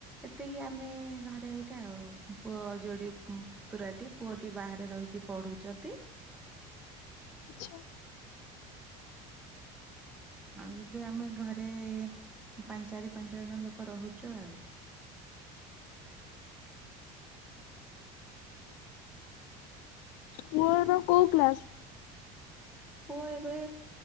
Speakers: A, in the centre; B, on the left (about 80°).
A: ଏତିକି ଆମେ ଘରେ ହେଇଥା ଆଉ ପୁଅ ଯୋଡ଼ିଏ ପ ତୁରାଟି ପୁଅଟି ବାହାରେ ରହିକି ପଢୁଛନ୍ତି।
B: ଆଚ୍ଛା।
A: ଆଉ ଏବେ ଆମେ ଘରେ ପାଞ୍ଚ ଚାରି ପାଞ୍ଚ ଜଣ ଲୋକ ରହୁଛୁ ଆଉ
B: ପୁଅର କୋଉ କ୍ଲାସ?
A: ପୁଅ ଏବେ